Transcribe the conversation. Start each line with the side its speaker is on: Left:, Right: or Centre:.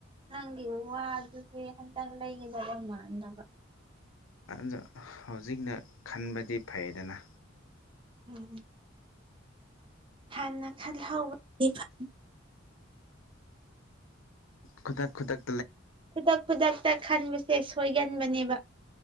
Right: ꯅꯪꯒꯤ ꯋꯥꯗꯨꯗꯤ ꯍꯟꯇꯪ ꯂꯩꯒꯗꯕ ꯃꯥꯟꯗꯕ
Left: ꯑꯗꯨꯗ ꯍꯧꯖꯤꯛꯅ ꯈꯟꯕꯗꯤ ꯐꯩꯗꯅ
Right: ꯎꯝ ꯍꯥꯟꯅ ꯈꯜꯍꯧꯕꯗꯤ ꯐꯩ
Left: ꯈꯨꯗꯛ ꯈꯨꯗꯛ
Right: ꯈꯨꯗꯛ ꯈꯨꯗꯛꯇ ꯈꯟꯕꯁꯦ ꯁꯣꯏꯒꯟꯕꯅꯦꯕ